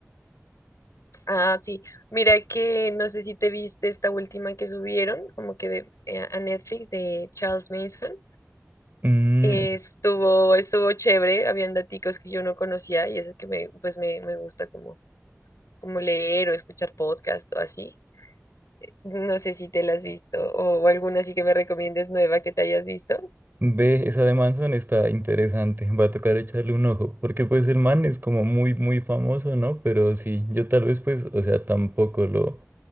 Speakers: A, on the left; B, on the right.
A: Ah, sí. Mira que no sé si te viste esta última que subieron, como que de, eh, a Netflix de Charles Manson.
B: Mm,
A: Eh, Estuvo, estuvo chévere, habían daticos que yo no conocía y eso que me, pues me, me gusta como, como leer o escuchar podcast o así. No sé si te la has visto o alguna así que me recomiendes nueva que te hayas visto.
B: Ve, esa de Manson está interesante, va a tocar echarle un ojo, porque pues el man es como muy, muy famoso, ¿no? Pero sí, yo tal vez pues, o sea, tampoco lo,